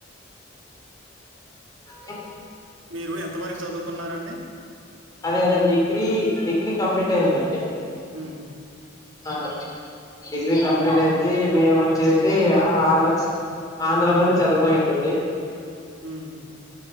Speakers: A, on the left; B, on the right.
A: <inaudible>
B: మీరు ఎంతవరకు చదువుకున్నారండి?
A: అదే అదే డిగ్రీ డిగ్రీ కంప్లీట్ అయిందండి
B: ఉమ్
A: ఆ డిగ్రీ కంప్లీట్ అయిద్ది మేమొచ్చేసి ఆ అ ఆనట్స్ ఆంధ్రాలోనే చదువుకోయుండేది
B: ఉమ్మ్